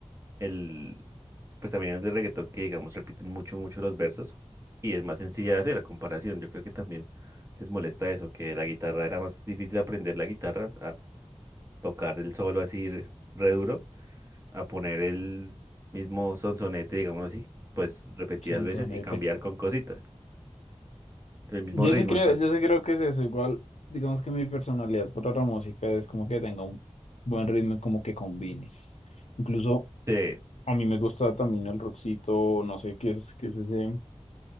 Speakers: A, on the right; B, on the left.
A: el... Pues también es de reggaetón que, digamos, repiten mucho, mucho los versos y es más sencilla de hacer la comparación. Yo creo que también les molesta eso, que la guitarra era más difícil aprender la guitarra tocar el solo así re re duro a poner el mismo sonsonete, digamos así, pues repetidas
B: son
A: veces
B: sonete.
A: y cambiar con cositas. El mismo
B: Yo
A: ritmo,
B: sí creo,
A: entonces,
B: yo sí creo que es eso. Igual, digamos que mi personalidad para la música es como que tenga un buen ritmo y como que combine. Incluso
A: sí,
B: a mí me gusta también el rockcito, no sé qué es, qué es ese,